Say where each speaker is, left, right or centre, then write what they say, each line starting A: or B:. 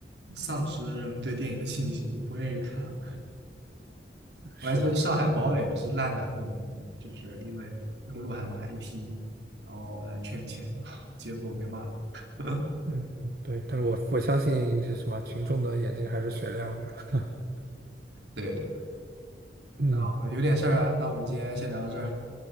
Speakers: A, on the right; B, on the right.
A: 丧失人们对电影的信心，就不愿意看了
B: 是的。
A: 我还记得《上海堡垒》不是烂的很有名嘛，就是因为用鹿晗的 IP，然后来圈钱，<laughs> 结果被骂。<laughs>
B: 嗯，嗯对，但是我我相信这什么群众的眼睛还是雪亮的。<laughs>
A: 对对，
B: 嗯，
A: 那我有点事儿啊，那我们今天先聊到这儿，